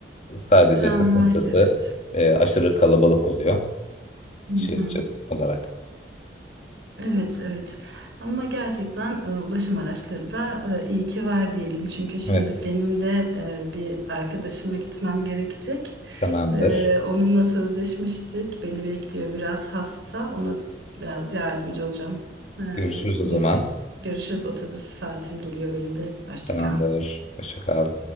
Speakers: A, on the left (about 40°); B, on the right (about 85°).
A: Sadece
B: Tramvay
A: sıkıntısı
B: evet
A: e, aşırı kalabalık oluyor
B: hı
A: şehir
B: hı.
A: içi olarak.
B: Evet, evet. Ama gerçekten e, ulaşım araçları da e, iyi ki var diyelim. Çünkü şimdi
A: Evet,
B: benim de e, bir arkadaşıma gitmem gerekecek.
A: tamamdır.
B: E, onunla sözleşmiştik. Beni bekliyor biraz hasta. Ona biraz yardımcı olacağım. E,
A: Görüşürüz
B: yine
A: o zaman.
B: görüşürüz otobüs saatim geliyor benim de. Hoşça
A: Tamamdır.
B: kal.
A: Hoşça kal.